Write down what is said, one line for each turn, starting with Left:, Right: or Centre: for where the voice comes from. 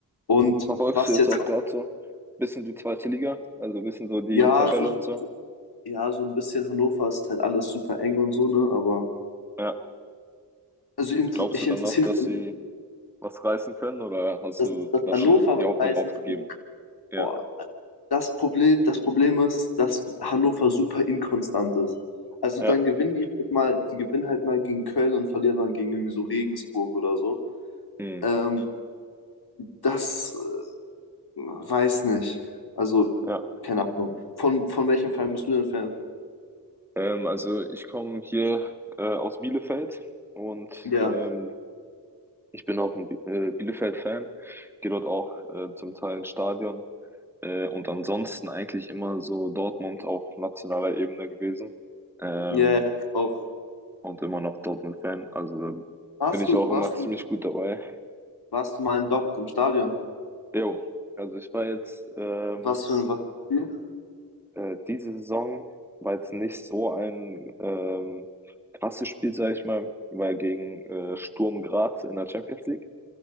Left: Und
Centre: Verfolgst
Left: was
Centre: du jetzt
Left: jetzt
Centre: auch
Left: auch,
Centre: gerade so ein bisschen die zweite Liga, also ein bisschen so die
Left: ja,
Centre: Tabelle
Left: so,
Centre: und so?
Left: ja, so ein bisschen Hannover ist halt alles super eng und so, ne? Aber
Centre: Ja.
Left: also inter-
Centre: Glaubst
Left: ich
Centre: du dann
Left: interessiere
Centre: noch, dass
Left: mich,
Centre: sie was reißen können oder hast
Left: dass,
Centre: du
Left: dass
Centre: da
Left: Hannover
Centre: schon die
Left: was
Centre: Hoffnung
Left: heißen
Centre: aufgegeben?
Left: kann.
Centre: Ja,
Left: Boah, Das Problem, das Problem ist, dass Hannover super inkonstant ist. Also
Centre: ja,
Left: dann gewinnen die halt mal, die gewinnen halt mal gegen Köln und verlieren dann gegen irgendwie so Regensburg oder so.
Centre: hm.
Left: Ähm, das äh, weiß nicht. Also,
Centre: Ja.
Left: keine Ahnung. Von, von welchem Verein bist du denn Fan?
Centre: Ähm, also ich komme hier äh, aus Bielefeld und
Left: Ja.
Centre: ähm, ich bin auch ein Bi äh, Bielefeld-Fan, gehe dort auch äh, zum Teil ins Stadion äh, und ansonsten eigentlich immer so Dortmund auf nationaler Ebene gewesen. Ähm,
Left: Ja, ja, ich auch.
Centre: und immer noch Dortmund-Fan. Also
Left: Warst
Centre: bin ich
Left: du,
Centre: auch
Left: warst
Centre: immer ziemlich
Left: du,
Centre: gut dabei.
Left: warst du mal in Dortmund im Stadion?
Centre: Jo, also ich war jetzt ähm,
Left: Was für ein was für ein Spiel?
Centre: äh, diese Saison war jetzt nicht so ein ähm, krasses Spiel, sag ich mal, weil gegen äh, Sturm Graz in der Champions League.